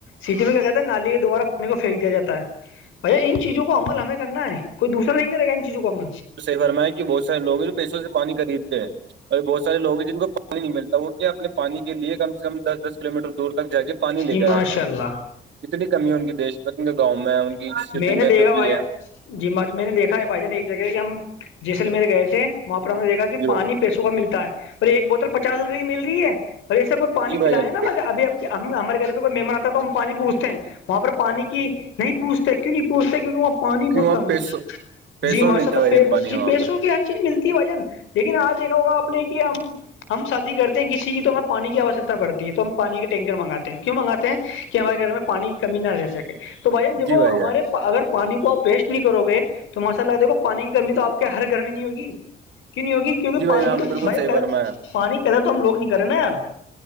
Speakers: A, on the left; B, on the right.
A: سیٹی میں کیا کہتے ہیں نالی کے دوبارہ پانی کو پھینک دیا جاتا ہے بھیا ان چیزوں کو عمل ہمیں کرنا ہے کوئی دوسرا نہیں کیا رے گن چکم
B: بھرمائے کہ بہت سارےو ہیں جو پیسوں سے پانی خریدتے ہیں اور بہت سارے لگ ہیں جن کو پانی نہیں ملتا وہ کیا اپنے پانی کے لیے کم سے کم دس دس کلو میٹر دور تک جا کے پانی لے
A: جی
B: کر
A: ماشاء
B: آتے ہیں
A: اللہ
B: جتنی کمی ہے ان کے دیش میں ان کے گاؤں میں ان کی سٹی
A: نے
B: میں
A: دیکھا
B: جو بھی
A: بھائی
B: ہے
A: جی مچ میں نے دیکھا ہے بھائی ج نے ایک جگہ کہ ہم جیسلمیر گئے تھے وہاں پر ہم نے دیکھا کہ
B: جی
A: پانی
B: بھائی
A: پیسوں کا ملتا ہے اور ایک بوتل پچاس روپئے کی مل رہی ہے ابھی ایسا کوئی پانی
B: جی بھائی
A: پلیا
B: جان
A: ہے نا مگر اب ہمارے گھر پ کوئی مہمان آتا تو ہم پانی پوچھتے ہیں وہاں پر پانی کی نہیں پوچھتے کیوں نہیں پوچھتے کیونکہ وہاں پانی بہت
B: کیوں
A: کم
B: آپ پیسوں
A: ہے
B: پیسوں
A: جی ماشاء
B: میں ملتا
A: اللہ
B: ہے بھائی
A: پ
B: جان پانی
A: جی
B: وہاں
A: پیسو
B: پہ
A: کے ہے چیز ملتی ہے وجن لیکن آج دیکھا ہوگا آپ نے کہ ہم ہم شادی کرتے ہیں کسی کی تو ہمیں پانی کی آوشکتا پڑتی ہے تو ہم پانی کے ٹینکر منگاتے ہیں کیوں منگاتے ہیں ہمارے گھر میں پانی کی کمی نہ رہ سکے تو بھائی جان دیکو
B: جی بھائی
A: ہمارے
B: جان
A: اگر پانی کو آپ ویسٹ نہیں کرو گے تو ماساء اللہ دیکھو پانی کی کمی تو آ کے ہر گھر میں نہیں ہوگی کی نہیں ہوگی کیونکہ
B: جی بھائی
A: پانی
B: جان آپ
A: کی تو
B: نے بالکل
A: بھائی
B: صحیح فرمایا
A: پانی کی قدر تو ہم لوگ نہیں کرے نا یار